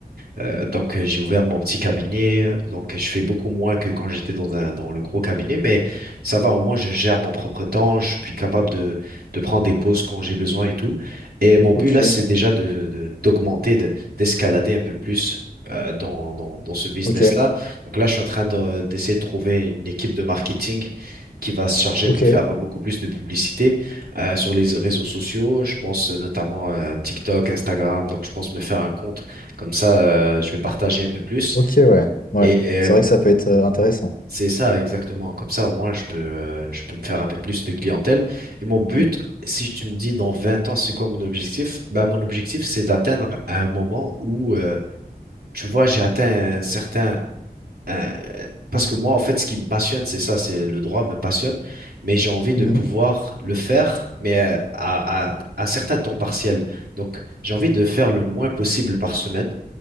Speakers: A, on the right (about 70°); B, on the left (about 60°).
A: Euh, donc euh, j'ai ouvert mon petit cabinet, donc je fais beaucoup moins que quand j'étais dans un, dans le gros cabinet, mais ça va, au moins je gère mon propre temps, je suis capable de, de prendre des pauses quand j'ai besoin et tout. Et mon but
B: Ok.
A: là, c'est déjà de, de- d'augmenter, de, d'escalader un peu plus euh, dans, dans, dans ce business-là.
B: Ok,
A: Donc là, je suis en train de, d'essayer de trouver une équipe de marketing qui va se charger
B: ok,
A: de me faire beaucoup plus de publicité euh, sur les réseaux sociaux. Je pense notamment à TikTok, Instagram, donc je pense me faire un compte comme ça, euh, je vais partager un peu plus.
B: ok, ouais. Ouais.
A: Et euh,
B: C'est vrai que ça peut être euh, intéressant.
A: c'est ça exactement. Comme ça, au moins, je peux, euh, je peux me faire un peu plus de clientèle. Et mon but,
B: Mm.
A: si tu me dis dans 20 ans, c'est quoi mon objectif? Ben, mon objectif, c'est d'atteindre un moment où, euh, tu vois, j'ai atteint un certain... un- Parce que moi, en fait, ce qui me passionne, c'est ça, c'est le droit me passionne, mais j'ai envie de
B: Mhm.
A: pouvoir le faire, mais euh, à, à, à un certain temps partiel. Donc, j'ai envie de faire le moins possible par semaine